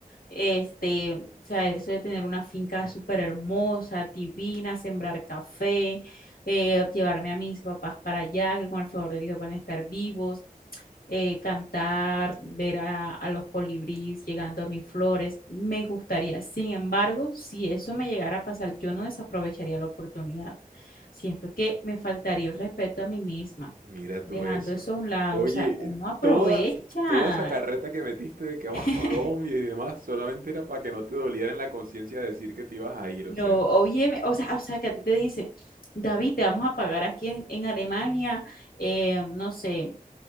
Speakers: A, on the left; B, on the right.
A: Este, o sea, eso de tener una finca súper hermosa, divina, sembrar café, eh, llevarme a mis papás para allá, que con el favor de Dios van a estar vivos, eh, cantar, ver a, a los colibríes llegando a mis flores, me gustaría. Sin embargo, si eso me llegara a pasar, yo no desaprovecharía la oportunidad. Siento que me faltaría el respeto a mí misma,
B: Mira tú
A: dejando
B: eso.
A: eso a un lado.
B: Oye,
A: O sea, uno aprovecha.
B: toda, toda esa carreta que metiste de que amas
A: <laughs>
B: Colombia y demás, solamente era para que no te doliera en la conciencia decir que te ibas a ir, o
A: No,
B: sea,
A: oye, o sea, o sea, que a ti te dice, David, te vamos a pagar aquí en, en Alemania, eh, no sé,